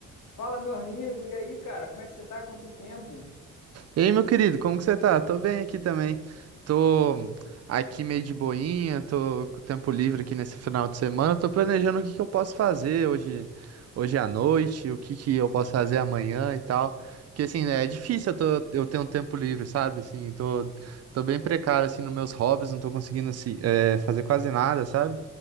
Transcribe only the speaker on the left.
Fala, meu amigo, e aí, cara, como é que você tá? Quanto tempo?